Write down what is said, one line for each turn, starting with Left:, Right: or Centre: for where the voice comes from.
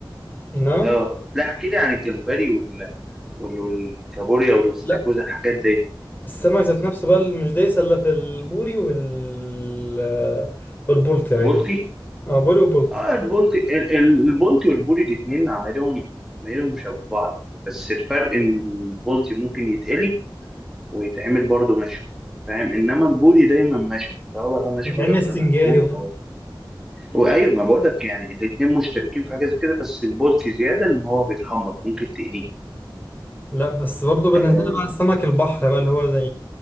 Left: لا
Centre: اه لا احكي لي عن الجمبري وال... وال... والكابوريا والاستاكوزا
Left: لا
Centre: الحاجات دي
Left: السمك ذات نفسه بقى مش دايس الا في البوري وال والبولتي
Centre: البلطي
Left: عادي اه بوري وبولتي
Centre: اه البلطي ال- ال- البلطي والبوري الاثنين عملهم عملهم شبه بعض يعني بس الفرق ان البلطي ممكن يتقلي ويتعمل برضه مشوي فاهم انما البوري دايما مشوي سواء بقى مشوي
Left: بتعمل
Centre: رده
Left: سنجاري
Centre: مقفول
Left: برضه
Centre: او وايوه ما بقول لك يعني الاثنين مشتركين في حاجه زي كده بس البلطي زياده ان هو بيتحمر ممكن تقليه
Left: لا بس برضه بالنسبة
Centre: اه,
Left: لي بقى سمك البحر بقى اللي هو زي